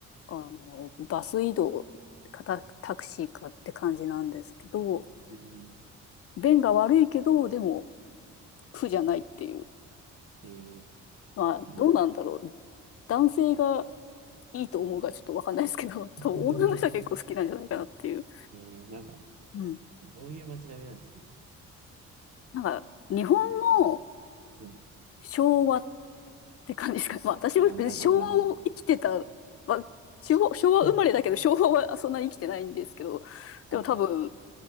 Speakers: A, on the left; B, on the right.
A: あの、バス移動かタ、タクシーかって感じなんですけど、
B: うん。う
A: 便が悪いけど、でも苦じゃないっていう。
B: ん。え
A: まあ、
B: ー、うん。
A: どうなんだろう。男性がいいと思うかちょっとわかんないですけど、<laughs>
B: <laughs>
A: 多分女の人は結構好きなんじゃないかなっていう。
B: えー、なんか、
A: うん
B: どういう街並みなんですか
A: なんか、日本も
B: うん。
A: 昭和って感じですかね。<laughs> まあ、
B: ああ、
A: 私も別に昭和を生きてた、
B: なるほど、なるほど。
A: まあ、昭和、昭和生まれだけど、
B: うん
A: 昭和はそんなに生きてないんですけど、
B: <laughs> はいはい。
A: でも多分、